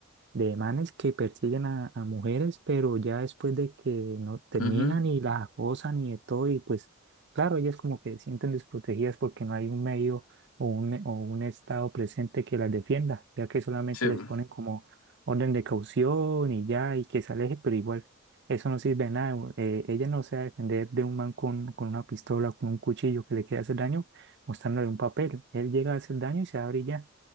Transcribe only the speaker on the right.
de manes que persiguen a, a mujeres, pero ya después de que no terminan
y las acosan y de todo, y pues claro, ellas como que se sienten desprotegidas porque no hay un medio o un, o un estado presente que las defienda, ya que solamente
les
ponen como orden de caución y ya, y que se aleje, pero igual eso no sirve de nada. eh, ella no se va a defender de un man con, con una pistola o con un cuchillo que le quiera hacer daño, mostrándole un papel. Él llega a hacer daño y se abre y ya.